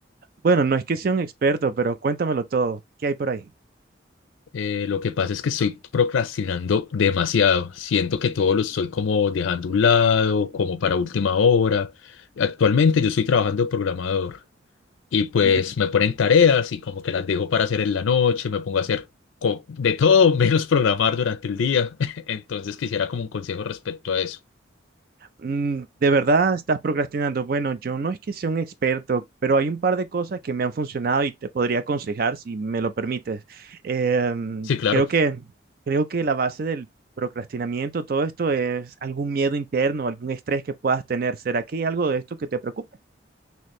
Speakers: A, on the right; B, on the left.
A: Bueno, no es que sea un experto, pero cuéntamelo todo. ¿Qué hay por ahí?
B: Eh, lo que pasa es que estoy procrastinando demasiado, siento que todo lo estoy como dejando a un lado, como para última hora. Actualmente yo estoy trabajando de programador y pues
A: De,
B: me ponen tareas y como que las dejo para hacer en la noche, me pongo a hacer co- de todo menos programar durante el día, <laughs> entonces quisiera como un consejo respecto a eso.
A: mm, ¿de verdad estás procrastinando? Bueno, yo no es que sea un experto, pero hay un par de cosas que me han funcionado y te podría aconsejar si me lo permites. Em,
B: Sí, claro.
A: creo que, creo que la base del procrastinamiento, todo esto es algún miedo interno, algún estrés que puedas tener. ¿Será que hay algo de esto que te preocupe?